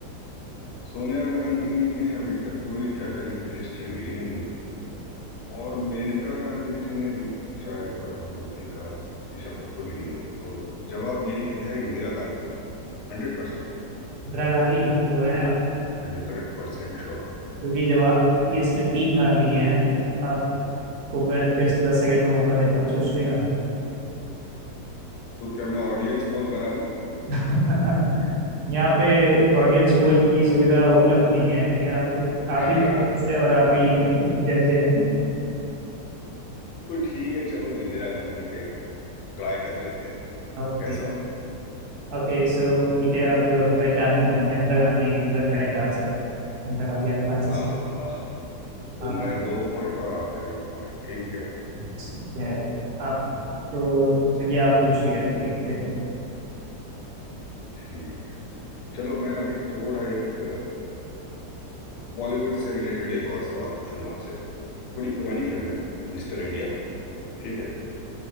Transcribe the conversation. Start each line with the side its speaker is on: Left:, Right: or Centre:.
Left: सोनिया गांधी ने अभी तक कोई कैबिनेट मिनिस्ट्री ली नहीं है और मेनका गांधी जी ने भी शायद प्रधानमंत्री का की शपथ तो ली नहीं है तो जवाब यही है इंदिरा गांधी हंड्रेड परसेंट
Right: इंदिरा गांधी तो रहे हैं
Left: हंड्रेड परसेंट श्योर हूँ
Right: क्योंकि जवाब ये इसमें तीन गांधी हैं आपको मैं फिर से दस सेकंड का मौका देता हूँ सोचने का
Left: तो क्या मैं ऑडियंस पोल करा लूं
Right: <laughs> यहाँ पे ऑडियंस पोल की सुविधा उपलब्ध नहीं है ये आप कुछ आप
Left: <laughs>
Right: ही ऑडियंस है और आप ही <laughs> जज है
Left: तो ठीक है चलो इंदिरा गांधी पे ट्राई कर लेते हैं
Right: ओके
Left: कैसा हो
Right: ओके सो ठीक है आपको ज़्यादा परेशान नहीं करूंगा Indira Gandhi is the correct answer Indira Gandhi आपका आंसर
Left: वाह वाह वाह तो
Right: आप
Left: मैं दो पॉइंट और आपका एक पॉइंट ठीक है
Right: ठीक है आप तो चलिए आप पूछिए देखते हैं
Left: ठीक है चलो मैं अभी थोड़ा एक बॉलीवुड से रिलेटेड एक और सवाल पूछूंगा आपसे थोड़ी पुरानी फिल्म है मिस्टर इंडिया ठीक है